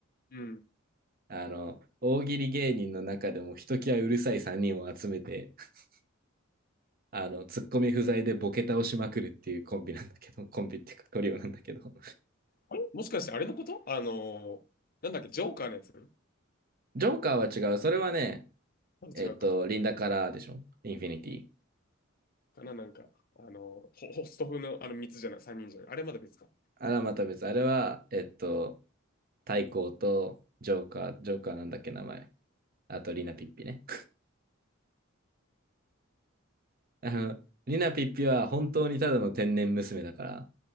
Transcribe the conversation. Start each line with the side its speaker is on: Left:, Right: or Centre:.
Left: うん。
Right: あの、大喜利芸人の中でもひときわうるさい3人を集めて、<laughs> あの、ツッコミ不在でボケ倒しまくるっていうコンビなんだけど、<laughs> コンビっていうかトリオなんだけど。
Left: あれもしかしてあれのことあのーなんだっけ、ジョーカーのやつ
Right: ジョーカーは違う。それはね、
Left: なんか違うか。
Right: えっと、リンダからでしょインフィニティ。
Left: かな、なんか、あのーホ、ホスト風のあの3つじゃない、3人じゃない。あれまだ別か。
Right: あれはまた別。あれは、えっと、太閤とジョーカー、ジョーカーなんだっけ名前。あと、リナピッピね。<laughs> あの、リナピッピは本当にただの天然娘だから、